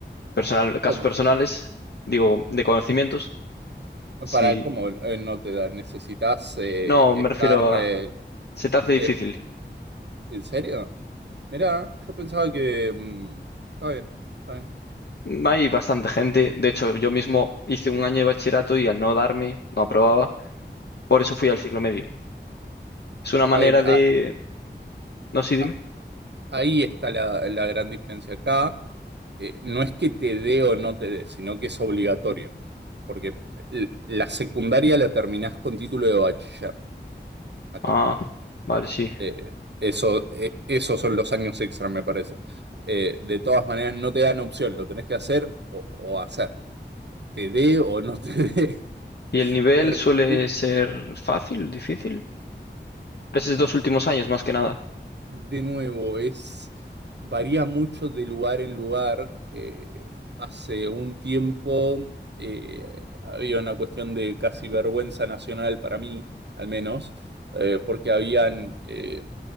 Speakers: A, on the left (about 65°); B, on the right (about 65°).
A: personal, casos
B: como,
A: personales, digo, de conocimientos, si
B: para cómo eh, no te da, necesitas eh,
A: no,
B: estar
A: me refiero a,
B: eh,
A: se te hace difícil.
B: eh, ¿en serio? Mira, yo pensaba que mm, está bien, está bien,
A: Hay bastante gente. De hecho, yo mismo hice un año de bachillerato y al no darme, no aprobaba. Por eso fui al ciclo medio. Es una manera
B: está bien.
A: de...
B: Ah,
A: No, sí, dime.
B: ah, ahí está la, la gran diferencia. Acá eh, no es que te dé o no te dé, sino que es obligatorio. Porque l- la secundaria la terminás con título de bachiller acá.
A: Ah, vale, sí.
B: Eh, eso, eh, esos son los años extra, me parece. Eh, de todas maneras, no te dan opción, lo tenés que hacer o, o hacer. Te dé o no te dé.
A: ¿Y el nivel
B: <laughs> Re-
A: suele
B: y
A: ser fácil, difícil? Esos dos últimos años, más que nada.
B: De nuevo, es, varía mucho de lugar en lugar. Eh, hace un tiempo eh, había una cuestión de casi vergüenza nacional para mí, al menos, eh, porque habían... eh,